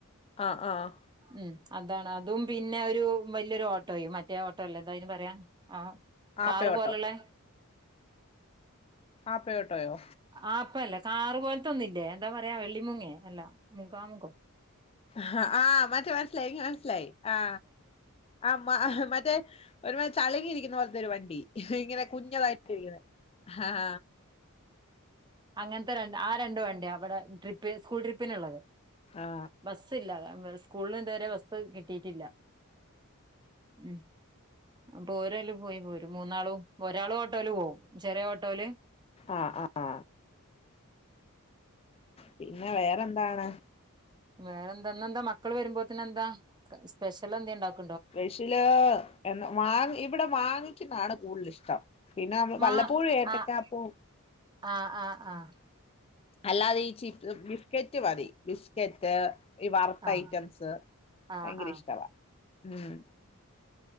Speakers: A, on the left; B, on the right.
A: ആഹ് ആഹ്
B: ഉം. അതാണ് അതും പിന്നെ ഒരു വലിയൊരു ഓട്ടോയും മറ്റേ ഓട്ടോ അല്ലേ എന്തായ്ന്, പറയ. ആഹ. കാറ്
A: ആപ്പയോട്ടോ
B: പോലള്ളെ
A: ആപ്പയോട്ടോയോ?
B: ആ അപ്പല്ല കാറ്. പോലത്തൊന്നല്ലേ എന്താ പറയാ, വെള്ളിമുങ്ങേ അല്ലാ മുഖാമുഖോ.
A: ആ. ആ് മറ്റേ മനസലായി. മനസ്സലായി ആ്. ആ മ മറ്റേ ഒരു തളകിയിരിക്കുന്ന പോലത്തെ ഒരു വണ്ടി. ഇങ്ങനെ. കുഞ്ഞളായിട്ടി ഇരിക്കണ. ആഹ
B: അങ്ങനത്തെണ്ട്. ആ രണ്ടു വണ്ടിയവിടെ ട്രിപ്പ് സ്കൂൾ ട്രിപ്പിനുള്ളത്.
A: ആ ആ
B: ബസ്യില്ല. സ്കൂള ഇതുവരെ ബസ് കിട്ടിയിട്ടില്ല. ഉ. അപ്പോ പോരല്ല പോയി പോരും മൂന്നാളും. ഒരാള് ഓട്ടോല് പോകും, ചെറിയ ഓട്ടോല്.
A: ആ ആ ആ പിന്നെ വേറെന്താണ്
B: വേറെ എന്തന്ന എന്താ? മക്കൾ വരുമ്പോത്തിനെ എന്താ സ്പെഷ്യൽ എന്ത ഉണ്ടാക്കു.
A: സ്പെഷ്യല് വാങ്ങി ഇവിടെ വാങ്ങിക്കുന്നതാണ് കൂടുതൽ ഇഷ്ടം. പിന്നെ നമ്മവല്ലപ്പോഴും
B: മാ
A: ഏറ്റക്കപ്പേ
B: ആഹ് ആഹ് ആഹ് ആഹ്
A: അല്ലാതെ ഈ ചി, ബിസ്കറ്റ് മതി ബിസ്കറ്റ്. ഈ വറുത്ത
B: ആഹ്
A: ഐറ്റംസ്
B: ആഹ്
A: ഭയങ്കര
B: ആഹ്
A: ഇഷ്ടമാ ഉം